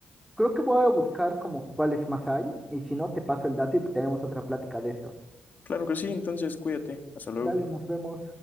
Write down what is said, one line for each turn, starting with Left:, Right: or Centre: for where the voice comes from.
Centre: creo que voy a buscar como cuáles más hay y si no, te paso el dato y tenemos otra plática de esto.
Left: Claro que sí, entonces cuídate. Hasta luego.
Centre: Dale, nos vemos.